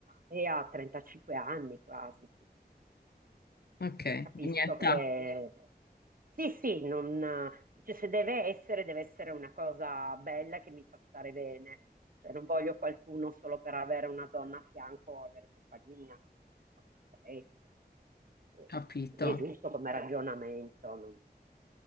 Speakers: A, on the right (about 55°); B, on the left (about 70°).
A: è a 35 anni quasi, quindi
B: Ok, la
A: capisco
B: mia età,
A: che sì, sì, non, dice, se deve essere, deve essere una cosa bella che mi fa stare bene. Cioè, non voglio qualcuno solo per avere una donna a fianco o avere compagnia, non, non mi interessa. E,
B: capito.
A: e quindi è giusto come Capito? ragionamento. non-